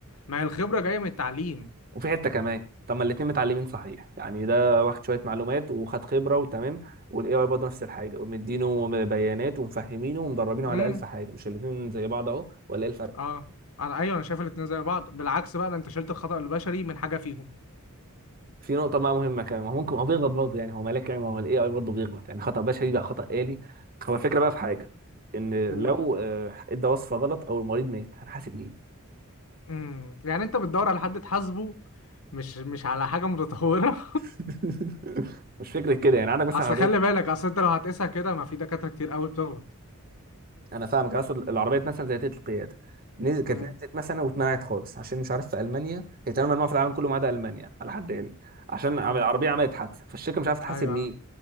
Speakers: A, on the left; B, on the right.
A: ما هي الخبرة جاية من التعليم
B: وفي حته كمان طب ما الاتنين متعلمين صحيح يعني ده واخد شويه معلومات وخد خبره وتمام والاي اي برضه نفس الحاجه ومدينه بيانات ومفهمينه ومدربينه
A: امم
B: على الف حاجه مش الاتنين زي بعض اهو ولا ايه الفرق
A: اه انا ايوه انا شايف الاتنين زي بعض بالعكس بقى ده انت شلت الخطأ البشري من حاجة فيهم
B: في نقطه بقى مهمه كمان ما هو ممكن هو بيغلط برضه يعني هو ملاك يعني ما هو الاي اي برضه بيغلط يعني خطا بشري بقى خطا آلي هو الفكره بقى في حاجه ان
A: قول
B: لو آه، ادى وصفه غلط او المريض مات هنحاسب مين
A: امم يعني انت بتدور على حد تحاسبه مش مش على حاجة متطورة
B: <laughs> مش فكره كده يعني
A: <laughs>
B: عندك مثلا
A: اصل
B: عربيات
A: خلي بالك اصل انت لو هتقيسها كده ما في دكاترة كتير قوي بتغلط
B: انا فاهمك اصل العربيات مثلا زي تيت القياده نزل كانت
A: امم
B: نزلت مثلا واتمنعت خالص عشان مش عارف في المانيا هي تقريبا ممنوعه في العالم كله ما عدا المانيا على حد علمي عشان عم-
A: امم
B: العربيه عملت حادثه فالشركه مش عارفه تحاسب
A: ايوه
B: مين